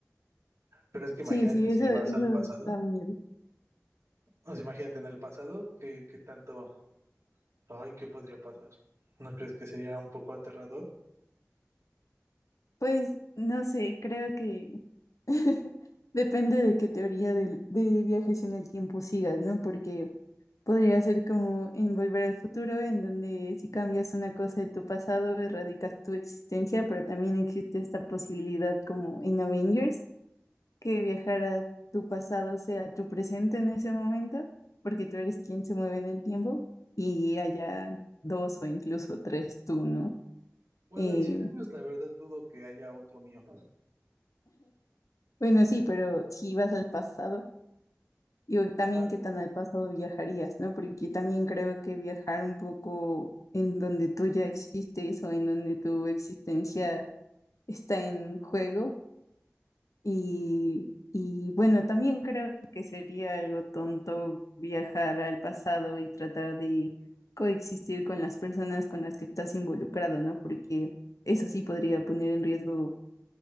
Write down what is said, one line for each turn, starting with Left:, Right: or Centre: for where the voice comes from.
Right: Pero es que
Left: Sí,
Right: imagínate,
Left: sí,
Right: si
Left: eso,
Right: vas
Left: eso
Right: al pasado,
Left: da miedo.
Right: o sea, imagínate en el pasado, ¿qué, qué tanto, ay, qué podría pasar? ¿No crees que sería un poco aterrador?
Left: Pues no sé, creo que <laughs> depende de qué teoría del, de viajes en el tiempo sigas, ¿no? Porque podría ser como en Volver al Futuro, en donde si cambias una cosa de tu pasado, erradicas tu existencia, pero también existe esta posibilidad como en Avengers que viajar a tu pasado sea tu presente en ese momento, porque tú eres quien se mueve en el tiempo y haya dos o incluso tres tú, ¿no?
Right: Bueno,
Left: Eh,
Right: en 100 años la verdad dudo que haya otro mío.
Left: bueno, sí, pero si vas al pasado, digo, también
Right: Ah,
Left: qué tan al pasado viajarías, ¿no? Porque también creo que viajar un poco en donde tú ya existes o en donde tu existencia está en juego Y, y bueno, también creo que sería algo tonto viajar al pasado y tratar de coexistir con las personas con las que estás involucrado, ¿no? Porque eso sí podría poner en riesgo